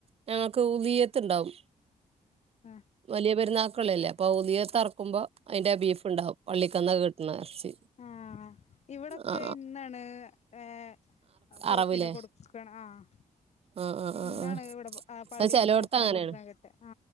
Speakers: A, on the right; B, on the left.
A: ഞങ്ങക്ക് ഉ വിയത്ത ഉണ്ടാവും
B: ആഹ്
A: വലിയ പെരുന്നാൾ മല്ലേ അപ്പൊ ഉദിയത് അറക്കുമ്പോ അതിന്റെ ബീഫ് ണ്ടാവും പള്ളിക്കന്നൊക്കെ കിട്ടുന്ന ഇറച്ചി
B: ആഹ് ഇവിടൊക്കെ
A: ആ
B: ഇന്നാണ് ഏർ പോത്തിനെ
A: അറവ്ല്ലേ
B: കൊടുക്കണം ആഹ
A: ആഹ് ആഹ്
B: ഇന്നാണ്
A: ആഹ് ആഹ്
B: ഇവിടെ പള്ളിൽന്ന്
A: അത് ചെലോട്ത്ത്
B: പോത്തിനെ
A: അങ്ങനേണ്
B: കൊടുക്കൻ കേട്ടെ ആ